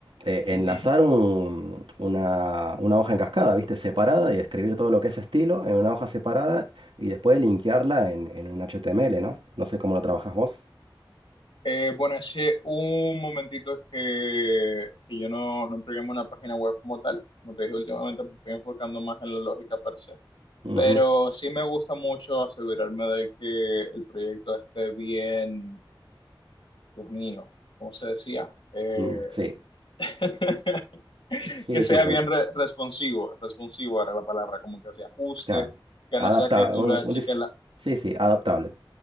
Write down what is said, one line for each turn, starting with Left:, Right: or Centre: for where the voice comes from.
Right: eh,
Left: Ujú.
Right: enlazar un- una, una hoja en cascada, ¿viste? Separada y escribir todo lo que es estilo en una hoja separada y después linkearla en, en un HTML, ¿no? No sé cómo lo trabajas vos.
Left: Eh, bueno, hace un momentito que, que yo no, no programo una página web como tal. Como te dije, últimamente me estoy enfocando más en la lógica per se.
Right: Ujú,
Left: Pero sí me gusta mucho asegurarme de que el proyecto esté bien, Dios mío, ¿cómo se decía? Eh,
Right: mm, sí,
Left: <laughs>
Right: sí,
Left: que sea
Right: sí, sentí.
Left: bien re- responsivo, responsivo era la palabra, como que se ajuste,
Right: Claro.
Left: que
Right: Adaptable.
Left: no sea que tú
Right: Un,
Left: le achiques
Right: un dis- sí, sí, adaptable.